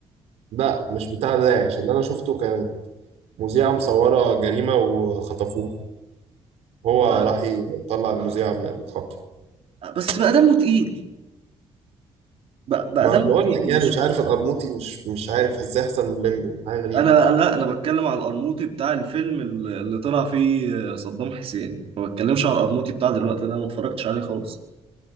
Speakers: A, on the right; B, on the right.
A: لا مش بتاع داعش اللي أنا شفته كانت مذيعة مصورة جريمة وخطفوه هو
B: لا،
A: راح يطلع المذيعة من الخطف
B: بس بقى دمه تقيل بقى, بقى
A: ما
B: دمه
A: انا بقول
B: تقيل
A: لك يعني
B: مش
A: مش عارف القرموطي مش مش عارف ازاي احسن من الليمبي حاجه غريبه
B: انا انا لا انا بتكلم على القرموطي بتاع الفيلم اللي اللي طلع فيه صدام حسين ما بتكلمش على القرموطي بتاع دلوقتي ده ما اتفرجتش عليه خالص